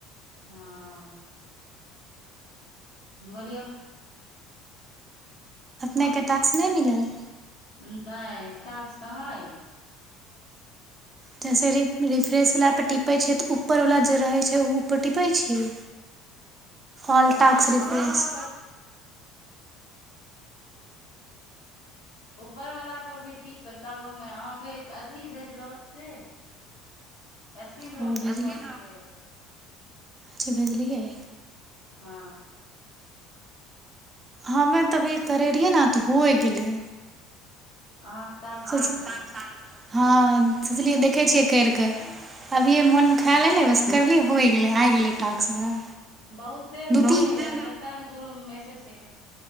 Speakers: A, on the left; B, on the right.
A: हँ बोलियौ
B: नयका टाक्स नहि मिलल
A: नहि टाक्स कहाँ एलै
B: जैसे रिप रिफ्रेश वला पर टिप पै छै तऽ ऊपरवला जे रहै छै ओ ओय पर टीपय छियै ऑल
A: हँ
B: टास्क
A: ऊपरो
B: रिफ्रेश
A: वला पर ऊपर वला पर भी टिपके तब हमे अहाँके अथी भेजलहुँ से स्क्रिन
B: ओ भेजली
A: रिकार्डिंग करि के
B: अच्छा भेजलियै
A: ह
B: हमे तऽ अभी करै रहियै ने तऽ होय गेलै
A: अहाँक टास्क आइ
B: सोच
A: गेल ने
B: हँ सोचलियै देखै छियै करिके अभिये मोन
A: ने
B: ख्याल एलै बस करली होय गेलै आ गेले टास्क हमरा
A: बहुते के
B: दू
A: नहि
B: तीन
A: एलै हन कते ने गुरुप मे मैसेजके